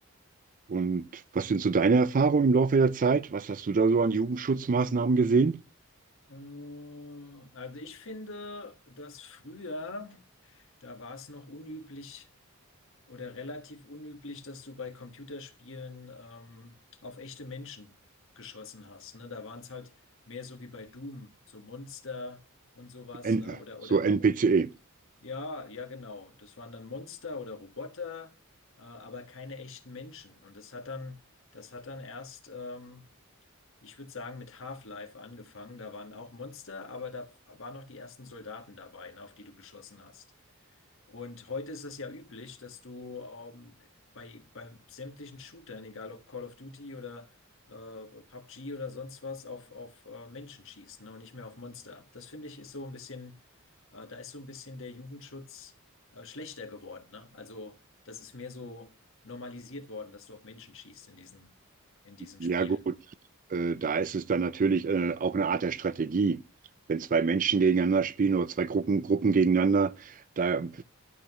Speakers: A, on the right; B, on the left.
A: und was sind so deine Erfahrungen im Laufe der Zeit? Was hast du da so an Jugendschutzmaßnahmen gesehen?
B: Mm, Also ich finde, dass früher, da war es noch unüblich oder relativ unüblich, dass du bei Computerspielen ähm, auf echte Menschen geschossen hast. Ne? Da waren es halt mehr so wie bei Doom, so Monster und sowas,
A: N
B: ne?
A: äh,
B: Oder,
A: so
B: oder Maro
A: NPCE.
B: Ja, ja, genau. Das waren dann Monster oder Roboter, äh, aber keine echten Menschen. Und das hat dann, das hat dann erst ähm, ich würde sagen, mit Half-Life angefangen. Da waren auch Monster, aber da waren noch die ersten Soldaten dabei, ne, auf die du geschossen hast. Und heute ist es ja üblich, dass du ähm, bei, bei sämtlichen Shootern, egal ob Call of Duty oder äh, PUBG oder sonst was, auf, auf äh, Menschen schießt, ne, und nicht mehr auf Monster. Das finde ich ist so ein bisschen, äh, da ist so ein bisschen der Jugendschutz äh, schlechter geworden, ne? Also, das ist mehr so normalisiert worden, dass du auf Menschen schießt in diesen, in diesen
A: Ja
B: Spielen.
A: gut, äh, da ist es dann natürlich äh, auch eine Art der Strategie. Wenn zwei Menschen gegeneinander spielen oder zwei Gruppen, Gruppen gegeneinander, da,